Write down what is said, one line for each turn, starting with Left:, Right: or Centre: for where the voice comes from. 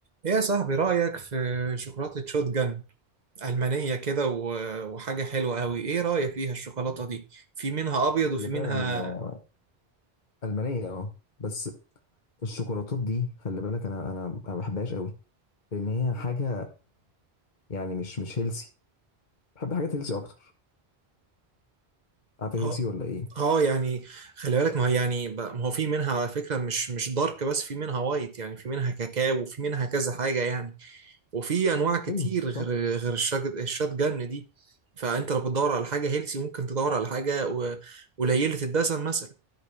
Right: ايه يا صاحبي رأيك في شوكولاتة شوتجن ألمانية كده و- وحاجة حلوة أوي ايه رأيك فيها الشوكولاتة دي في منها أبيض وفي
Left: هي فعلا
Right: منها
Left: آه، ألمانية اه بس الشوكولاتات دي خلي بالك انا انا ما بحبهاش قوي لان هي حاجة يعني مش مش هيلسي بحب حاجات هيلسي اكتر عارف هيلسي
Right: اه
Left: ولا ايه
Right: آه، يعني خلي بالك ما هي يعني ب- ما هو في منها على فكرة مش مش دارك بس في منها وايت يعني في منها كاكاو وفي منها كذا حاجة يعني وفي أنواع كتير
Left: ايوه صح
Right: غير غير الشج- الشوتجن دي فأنت لو بتدور على حاجة هيلسي ممكن تدور على حاجة و- قليلة الدسم مثلا